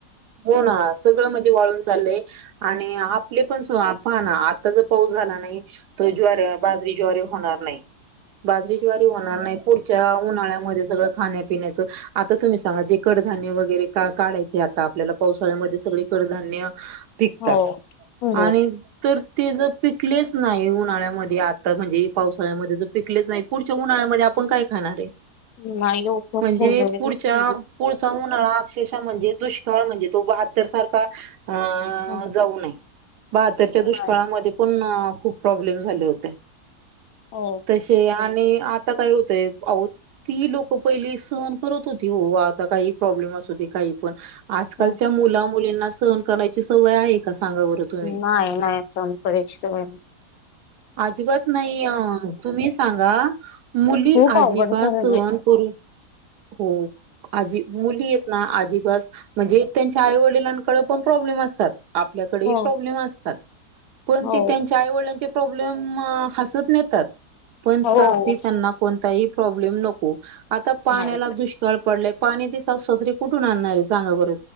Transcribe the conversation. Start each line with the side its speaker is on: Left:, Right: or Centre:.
Right: हो ना सगळं म्हणजे वाळून चाललंय आणि आपले पण हा ना आता जर पाऊस झाला नाही तर ज्वार बाजरी ज्वारीे होणार नाही. बाजरीच ज्वारी होणार नाही पूढ च्या उन्हाळ्यामध्ये सगळं खाण्यापिण्याच आता तुम्ही सांगा जे कडधान्य वगैरे का काढायचे आता आपल्याला पावसाळ्यामध्ये सगळे कडधान्य पिकतात
Left: हो हो
Right: आणि तर ते ज पिकलेच नाही उन्हाळ्यामध्ये आ आता म्हणजे पावसाळ्यामध्ये ज पिकलेच नाही पुढच्या उन्हाळ्यामध्ये आपण काय खाणारे.
Left: नाही ओ खूप
Right: म्हणजे
Left: मजेत
Right: पुढच्या पुढ उन्हळा अक्षरशः म्हणजे दुष्काळ म्हणजे तो बतर सारखा अ
Left: हं.
Right: जाऊ नये. बहातरच्या दुष्काळामध्ये
Left: नाय.
Right: पण खूप प्रॉब्लेम झाले होते
Left: हो
Right: तसे आत आणि आता काय होतय आव ती लोक पहिली सहन करत होती हो आता काही प्रॉब्लेम असूदे काही पण. आजकालच्या
Left: हं
Right: मुला मुलींना सहन कराण्यायची सवय आहे. का सांगा बरं तुम्ही
Left: नाय नाय सहन करायची सवय.
Right: अजिबात नाही अ तुम्ही सांगा मुली
Left: खूप
Right: अजिबात
Left: अवघड झालंय
Right: सहन कर हो आजी मुली येत ना आजिबात त्यांच्या आई वडिलांकडे पण प्रॉब्लेम असतात. आपल्याकडे
Left: हो
Right: प्रॉब्लेम असतात. पण
Left: हो
Right: ते त्यांच्या आईवडिलांचे प्रॉब्लेम हसत नेतात. पण
Left: हो
Right: सासवी त्यांना कोणताही प्रॉब्लेम नको आता पाण्याला
Left: नाही
Right: दुष्काळ पडले पाणी सासूससरे कठून आणणारे सांगा बर.